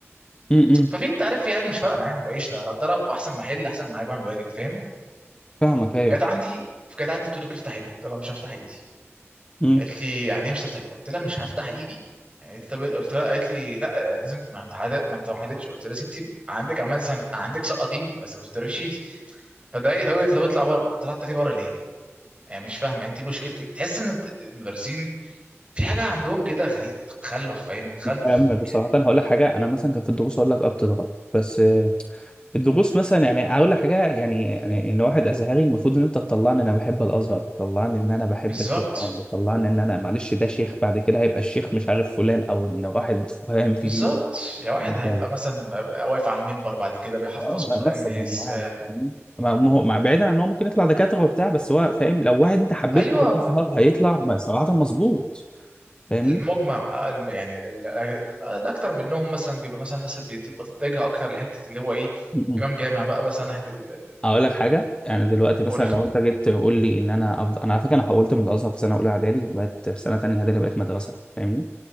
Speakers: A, on the left; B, on the right.
A: امم
B: ففي انت عارف في عيال مش فارقه معاهم بقى قشطه هتضرب واحسن ما احل احسن ما اعمل واجب فاهم
A: فاهمك ايوه
B: جت عندي جت عندي بتقول لك افتح ايدك قلت لها مش هفتح ايدي
A: امم
B: قالت لي يعني ايه مش تفتح قلت لها مش هفتح ايدي يعني قالت- طب قلت لها قالت لي لا يعني لازم ما انت حل- ما انت ما حلتش قلت لها يا ستي عندك عمال زهق عندك سقطيني بس ما تفتحيش ايدي فضايقت قوي طب اطلع بره قلت لها اطلعي بره ليه يعني مش فاهمه انت مشكلتك تحس ان الت- المدرسين في حاجه عندهم كده غريب تخلف فاهم تخلف
A: فاهم بصراحه
B: يعني
A: أنا هقول لك حاجه انا مثلا كان في الدروس اقول لك اه بتضرب بس الدروس مثلا يعني هقول لك حاجه يعني يعني ان واحد ازهري المفروض ان انت تطلعني ان انا بحب الازهر تطلعني ان انا بحب
B: بالظبط
A: القران تطلعني ان انا معلش ده شيخ بعد كده هيبقى الشيخ مش عارف فلان او ان واحد فاهم في
B: بالظبط
A: دينه
B: يا واحد
A: انت
B: هيبقى مثلا واقف على المنبر بعد كده بيحفظ
A: اه
B: قرآن
A: لا، مثلا
B: ناس
A: يعني فاهمني؟ ما ما هو مع بعيد عن ان هو ممكن يطلع دكاتره وبتاع بس هو فاهم لو واحد انت حببته
B: ايوه
A: في الازهر هيطلع م- صراحه مظبوط فاهمني
B: المجمع آه، الم- يعني ال- ال- الاكتر منهم مثلا بيبقى مثلا الناس اللي بتبقى تتجه اكتر لحته اللي هو ايه
A: م- م.
B: امام جامع بقى مثلا ناحيه ال- ال-
A: اقول لك حاجه انا دلوقتي
B: قول
A: مثلا لو انت جيت تقول لي ان انا أفضل... انا على فكره انا حولت من الازهر في سنه اولى اعدادي بقت في سنه تانيه اعدادي بقت مدرسه فاهمني